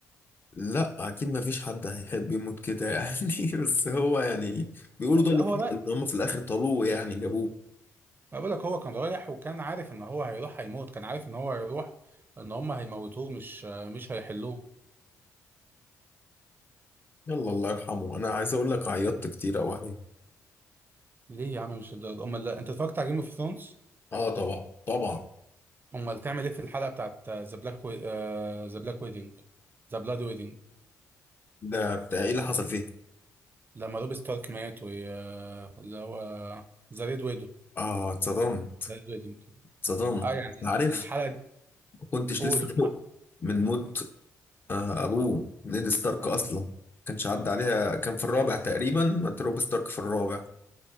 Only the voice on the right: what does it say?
أو-
لا
هو
رايح
ما بقولك هو كان رايح وكان عارف ان هو هيروح هيموت كان عارف ان هو هيروح ان هم هيموتوه مش مش هيحلوه
ليه يا عم مش الدرجة امال لا انت اتفرجت على جيم اوف ثرونز
امال تعمل ايه في الحلقة بتاعت ذا بلاك ذا بلاك ويدنج ذا بلاد ويدنج
لما روب ستارك مات و آه، اللي هو ذا ريد ويدو
ذا ريد ويدنج
اه يعني
الحلقة دي
قول